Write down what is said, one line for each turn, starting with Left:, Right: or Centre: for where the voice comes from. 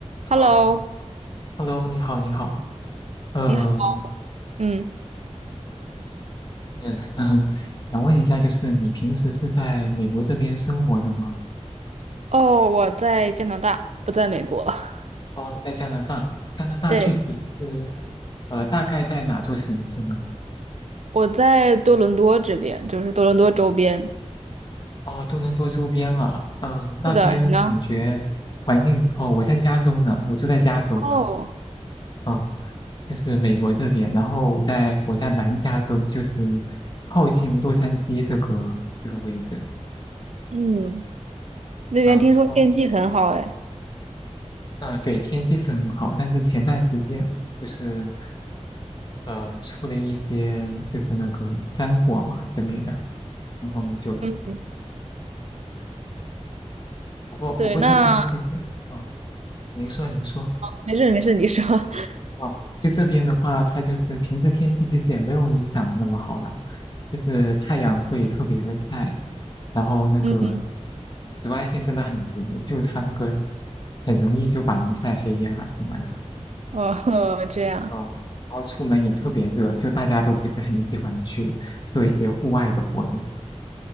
Left: 好
Right: Hello，
Left: ，Hello，你好，你好，嗯
Right: 你好。嗯，
Left: 嗯，<laughs> 想问一下，就是你平时是在美国这边生活的吗？
Right: 哦，我在加拿大，不在美国。<laughs>
Left: 哦，你在加拿大，加拿大具体是，
Right: 对，
Left: 呃，大概在哪座城市呢？
Right: 我在多伦多这边，就是多伦多周边。
Left: 哦，多伦多周边啊，嗯，那边感觉环境，
Right: 是的，你呢？
Left: 哦，我在加州呢，我住在加州，
Right: 哦，
Left: 嗯，就是美国这边，然后我在我在南加州，就是靠近洛杉矶这个这个位置，
Right: 嗯，那边听说天气很好哎。
Left: 嗯。哦嗯，呃对，天气是很好，但是前段时间不是呃出了一些就是那个山火嘛之类的，然后就嗯
Right: 嗯，
Left: 不过不过这边其实哦，
Right: 对，那
Left: 您说您说
Right: 没事没事，你说。<laughs>
Left: 哦，就这边的话，它就是平时天气其实也没有你想的那么好了，就是太阳会特别的晒，然后那个
Right: 嗯，
Left: 紫外线真的很毒，就它那个很容易就把人晒黑呀、什么的，
Right: 哦，<laughs> 这样。
Left: 嗯，然后出门也特别热，就大家都不是很喜欢去做一些户外的活动。